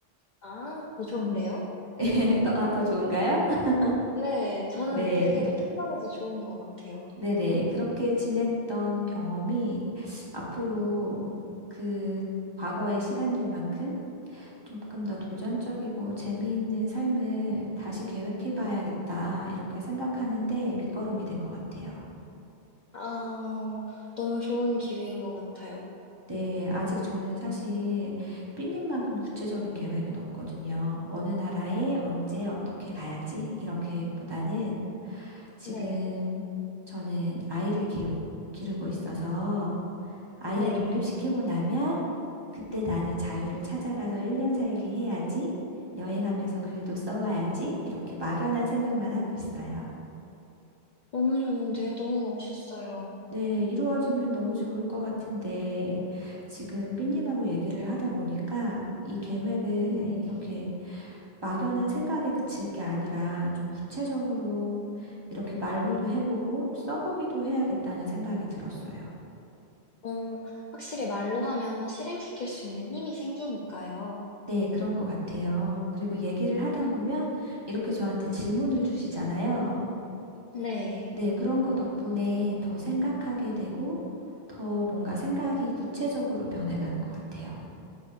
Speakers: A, on the left; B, on the right.
A: 아, 더 좋은데요?
B: <laughs> 네, 더, 아, 더 좋은가요? <laughs>
A: 네, 저는
B: 네,
A: 그게 더 특별해서 좋은 것 같아요.
B: 네네. 그렇게 지냈던 경험이 앞으로 그 과거의 시간들만큼 조금 더 도전적이고 재미있는 삶을 다시 계획해 봐야겠다, 이렇게 생각하는데 밑거름이 된 것 같아요.
A: 아, 너무 좋은 기회인 것 같아요.
B: 네, 아직 저는 사실 삐님만큼 구체적인 계획은 없거든요. 어느 나라에 언제 어떻게 가야지 이런 계획보다는 지금
A: 네,
B: 저는 아이를 기르, 기르고 있어서 아이를
A: 네,
B: 독립시키고 나면 그때 나는 자유를 찾아가서 1년 살기 해야지, 여행하면서 글도 써와야지 이렇게 막연한 생각만 하고 있어요.
A: 너무 좋은데요. 너무 멋있어요.
B: 네, 이루어지면 너무 좋을 것 같은데, 지금 삐님하고 얘기를 하다 보니까 이 계획을
A: 네.
B: 이렇게 막연한 생각에 그칠 게 아니라 좀 구체적으로 이렇게 말로도 해보고 써보기도 해야겠다는 생각이 들었어요.
A: 어, 확실히 말로 하면 실행시킬 수 있는 힘이 생기니까요.
B: 네, 그런 것 같아요. 그리고 얘기를 하다
A: 음,
B: 보면 이렇게 저한테 질문을 주시잖아요.
A: 네.
B: 네, 그런 거 덕분에 더 생각하게 되고 더 뭔가 생각이 구체적으로 변해가는 것 같아요.